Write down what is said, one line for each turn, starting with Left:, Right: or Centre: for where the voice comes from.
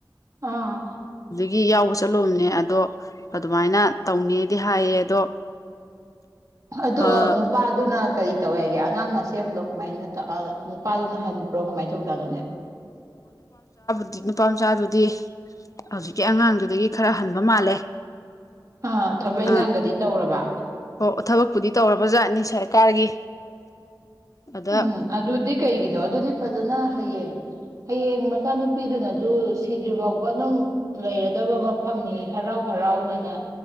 Right: ꯑꯥ
Left: ꯒꯤ ꯌꯥꯎꯕ ꯆꯠꯂꯨꯕꯅꯦ ꯑꯗꯣ ꯑꯗꯨꯃꯥꯏꯅ ꯇꯧꯅꯦꯗꯤ ꯍꯥꯏꯌꯦ ꯑꯗꯣ
Right: ꯑꯗꯣ
Left: ꯑꯣ
Right: ꯅꯨꯄꯥꯗꯨꯅ ꯀꯔꯤ ꯇꯧꯋ ꯍꯥꯏꯒꯦ ꯑꯉꯥꯡ ꯃꯁꯦꯝꯂꯣ ꯀꯃꯥꯏꯅ ꯇꯧ ꯅꯨꯄꯥꯗꯨꯅ ꯍꯟꯕ꯭ꯔꯣ ꯀꯃꯥꯏꯅ ꯇꯧꯖꯥꯅꯣꯅꯦ
Left: ꯍꯧꯖꯤꯛ ꯅꯨꯄꯥ ꯃꯆꯥꯗꯨꯗꯤ ꯍꯧꯖꯤꯛꯀꯤ ꯑꯉꯥꯡꯗꯨꯗꯒꯤ ꯈꯔ ꯍꯟꯕ ꯃꯥꯜꯂꯦ
Right: ꯑꯥ ꯊꯕꯛ
Left: ꯑ
Right: ꯏꯈꯥꯡꯒꯗꯤ ꯇꯧꯔꯕ
Left: ꯍꯣ ꯊꯕꯛꯄꯨꯗꯤ ꯇꯧꯔꯕ ꯖꯥꯠꯅꯤ ꯁꯔꯀꯥꯔꯒꯤ ꯑꯗ
Right: ꯎꯝ ꯑꯗꯨꯗꯤ ꯀꯩꯒꯤꯅꯣ ꯑꯗꯨꯗꯤ ꯐꯖꯅ ꯍꯌꯦꯡ ꯍꯌꯦꯡ ꯃꯆꯥꯅꯨꯄꯤꯗꯨꯅꯁꯨ ꯁꯤꯗ꯭ꯔꯤ ꯐꯥꯎꯕ ꯑꯗꯨꯝ ꯂꯩꯔꯗꯕ ꯃꯐꯝꯅꯤ ꯍꯔꯥꯎ ꯍꯔꯥꯎꯅꯅ